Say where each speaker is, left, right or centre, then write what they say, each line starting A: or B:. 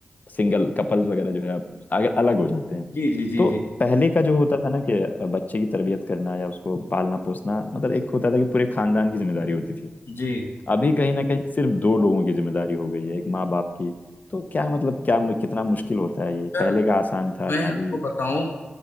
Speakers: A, on the left (about 50°); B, on the left (about 80°).
A: सिंगल कपल्स वगैरह जो है अब अग- अलग हो जाते हैं
B: जी जी जी
A: तो
B: जी
A: पहले का जो होता था ना कि बच्चे की तरबियत करना या उसको पालना पोसना मतलब एक होता था कि पूरे खानदान की जिम्मेदारी होती थी
B: जी
A: अभी कहीं ना कहीं सिर्फ दो लोगों की जिम्मेदारी हो गई है एक माँ बाप की तो क्या मतलब क्या मु- कितना मुश्किल होता है ये
B: सर
A: पहले का आसान था
B: मैं
A: या अभी
B: आपको बताऊं